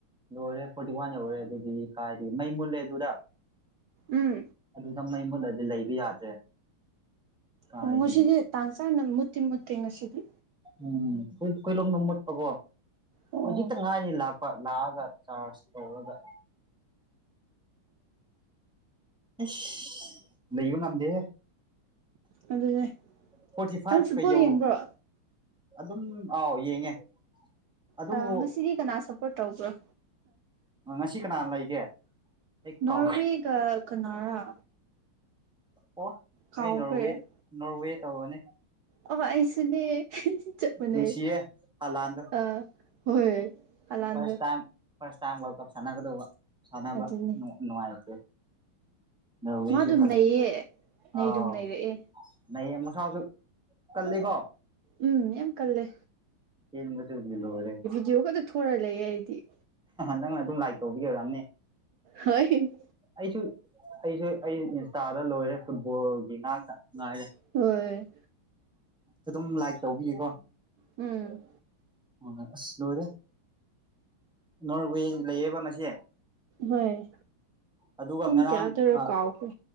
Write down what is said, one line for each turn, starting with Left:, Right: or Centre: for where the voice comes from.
Centre: ꯂꯣꯏꯔꯦ ꯐꯣꯔꯇꯤ ꯋꯥꯟ ꯌꯧꯔꯦ ꯑꯗꯨꯗꯤ ꯀꯥꯏꯗꯩ ꯃꯩ ꯃꯨꯠꯂꯦ ꯑꯗꯨꯗ꯫
Right: ꯎꯝ
Centre: ꯑꯗꯨꯗ ꯃꯩ ꯃꯨꯠꯂꯗꯤ ꯂꯩꯕ ꯌꯥꯗ꯭ꯔꯦ꯫ ꯀꯥꯏꯗꯒꯤ
Right: ꯑꯣ ꯉꯁꯤꯗꯤ ꯇꯥꯡ ꯆꯥꯅ ꯃꯨꯠꯇꯤ ꯃꯨꯠꯇꯦ ꯉꯁꯤꯗꯤ꯫
Centre: ꯎꯝ ꯈꯣꯏ ꯈꯣꯏꯂꯣꯝꯗ ꯃꯨꯠꯄꯀꯣ
Right: ꯑꯣ
Centre: ꯍꯧꯖꯤꯛꯇ ꯉꯥꯏꯔꯤ ꯂꯥꯛ ꯄ ꯂꯥꯛꯑꯒ ꯆꯥꯔꯁ ꯇꯧꯔꯒ ꯑꯁ ꯂꯩꯕ ꯉꯝꯗꯦꯍꯦ꯫
Right: ꯑꯗꯨꯅꯦ
Centre: ꯐꯣꯔꯇꯤ ꯐꯥꯏꯞꯀ
Right: ꯅꯪ ꯐꯨꯠꯕꯣꯜ
Centre: ꯌꯧ
Right: ꯌꯦꯡꯕ꯭ꯔꯣ
Centre: ꯑꯗꯨꯝ ꯑꯥꯎ ꯌꯦꯡꯉꯦ꯫ ꯑꯗꯨꯕꯨ
Right: ꯑ ꯉꯁꯤꯗꯤ ꯀꯅꯥ ꯁꯄꯣꯔꯠ ꯇꯧꯕ꯭ꯔꯣ?
Centre: ꯉꯁꯤ ꯀꯅꯥ ꯂꯩꯒꯦ? ꯑꯩ
Right: ꯅꯣꯔꯋꯦꯒ
Centre: ꯀꯥꯎ
Right: ꯀꯅꯥꯔ?
Centre: ꯑꯣ
Right: ꯀꯥꯎꯈ꯭ꯔꯦ
Centre: ꯑꯩ ꯅꯣꯔꯋꯦ ꯅꯣꯔꯋꯦ ꯇꯧꯔꯅꯤ꯫
Right: ꯑꯣ ꯑꯩꯁꯨꯅꯦ ꯆꯞ ꯃꯥꯟꯅꯩ
Centre: ꯅꯨꯡꯁꯤꯌꯦ ꯍꯂꯥꯟꯗꯣ
Right: ꯑ ꯍꯣꯏ ꯍꯂꯥꯟꯗꯣ
Centre: first time first time world cup ꯁꯥꯟꯅꯒꯗꯧꯕ ꯁꯥꯟꯅꯕ
Right: ꯑꯗꯨꯅꯤ
Centre: ꯅꯨꯡꯉꯥꯏꯇꯦ ꯅꯣꯔꯋꯦꯁꯨ
Right: ꯃꯥ ꯑꯗꯨꯝ
Centre: ꯐꯖꯩ
Right: ꯅꯩꯌꯦ ꯅꯩꯗꯨꯝ
Centre: ꯑꯥꯎ
Right: ꯅꯩꯔꯛꯑꯦ
Centre: <unintelligible> ꯀꯜꯂꯤꯀꯣ
Right: ꯎꯝ ꯌꯥꯝ ꯀꯜꯂꯦ
Centre: ꯆꯦꯟꯕꯗꯨꯒꯤ ꯂꯣꯏꯔꯦ
Right: <unintelligible> ꯌꯣ ꯈꯠꯇ ꯊꯣꯔ ꯂꯩꯌꯦ ꯑꯩꯗꯤ
Centre: ꯅꯪꯅ ꯑꯗꯨꯝ ꯂꯥꯏꯛ ꯇꯧꯕꯒꯤ ꯑꯣꯏꯔꯝꯅꯤ
Right: ꯍꯣꯏ
Centre: ꯑꯩꯁꯨ ꯑꯩꯁꯨ ꯑꯩ ꯏꯟꯁꯇꯥꯗ ꯂꯣꯏꯔꯦ ꯐꯨꯠꯕꯣꯜꯒꯤ ꯉꯥꯛꯇ ꯉꯥꯏꯔꯦ
Right: ꯍꯣꯏ
Centre: ꯑꯗꯨꯝ ꯂꯥꯏꯛ ꯇꯧꯕꯒꯤ ꯀꯣ
Right: ꯎꯝ
Centre: ꯑꯣ ꯑꯁ ꯂꯣꯏꯔꯦ ꯅꯣꯔꯋꯦ ꯂꯩꯌꯦꯕ ꯉꯁꯤ
Right: ꯍꯣꯏ
Centre: ꯑꯗꯨꯒ
Right: ꯄꯨꯡ
Centre: ꯉꯔꯥꯡ
Right: ꯀꯌꯥꯗꯔ
Centre: ꯑ
Right: ꯀꯥꯎꯈ꯭ꯔꯦ